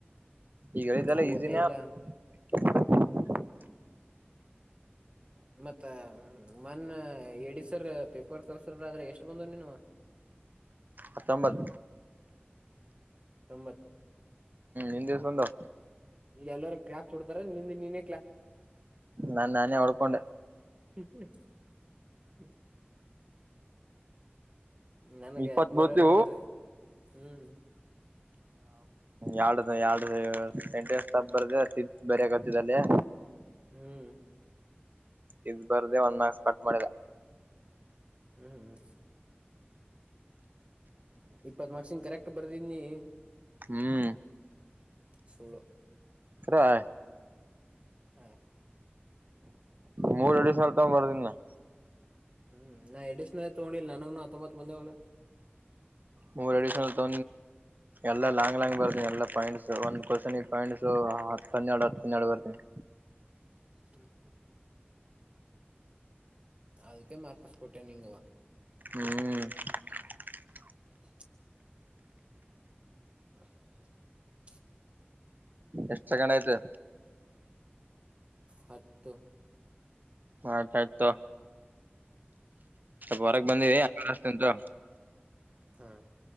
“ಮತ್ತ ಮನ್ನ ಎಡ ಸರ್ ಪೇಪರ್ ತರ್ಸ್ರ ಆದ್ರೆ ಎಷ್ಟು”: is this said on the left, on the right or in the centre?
Right